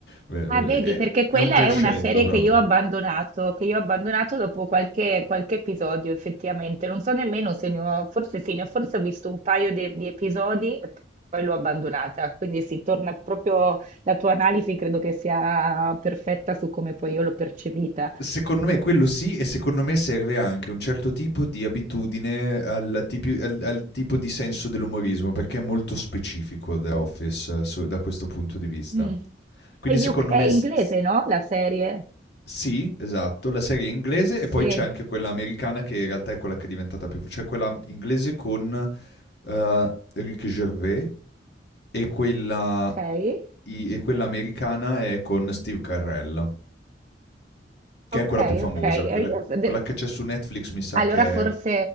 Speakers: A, on the left; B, on the right.
A: Ve-
B: Ah, vedi,
A: eh, È,
B: perché quella
A: è un crescendo
B: è una serie
A: proprio.
B: che io ho abbandonato, che io ho abbandonato dopo qualche, qualche episodio, effettivamente. Non so nemmeno se ne ho, forse sì, ne ho forse ho visto un paio de- di episodi e poi l'ho abbandonata. Quindi si torna proprio, la tua analisi credo che sia perfetta su come poi io l'ho percepita.
A: Secondo me quello sì e secondo me serve anche un certo tipo di abitudine al, tipi- al- al tipo di senso dell'umorismo perché è molto specifico The Office eh, su- da questo punto di vista.
B: Mh.
A: Quindi
B: È
A: secondo
B: UK è
A: me
B: inglese,
A: s- s-
B: no, la serie?
A: sì, esatto, la serie è inglese
B: Sì,
A: e poi c'è anche quella americana che in realtà è quella che è diventata più... cioè quella inglese con eh, Rick Gervais E quella,
B: okay,
A: i- e quella americana è con Steve Carell, che
B: okay,
A: è quella più famosa,
B: okay.
A: quella,
B: E io s
A: quella
B: de
A: che c'è su Netflix mi sa
B: Allora
A: che
B: forse
A: è